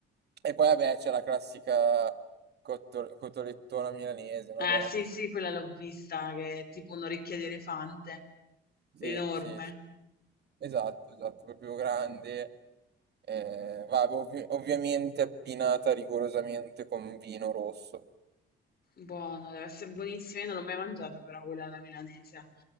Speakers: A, on the right; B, on the left.
A: E poi vabbè c'è la classica cotto- cotolettona milanese, no?
B: Ah,
A: Beh,
B: sì,
A: la cot-
B: sì, quella l'ho vista, che è tipo un'orecchia di elefante, enorme.
A: Sì, sì, sì. esatto, esatto, proprio grande. Eh, va, ovvi- ovviamente abbinata rigorosamente con vino rosso.
B: Buono, deve essere buonissima. Io non l'ho mai mangiata, però quella alla milanese.